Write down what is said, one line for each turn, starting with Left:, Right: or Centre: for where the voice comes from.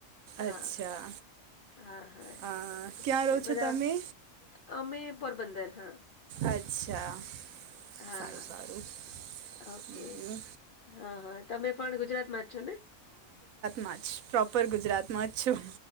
Left: હા,
Right: અચ્છા
Left: હા હા,
Right: અ, ક્યાં રહો
Left: એ બધા
Right: છો તમે
Left: અમે પોરબંદર હા.
Right: અચ્છા,
Left: હા,
Right: સારું
Left: હા.
Right: સારું.
Left: ઓકે
Right: બીજું
Left: હા, હા તમે પણ ગુજરાતમાંજ છો ને?
Right: માંજ પ્રોપર ગુજરાતમાં જ છું.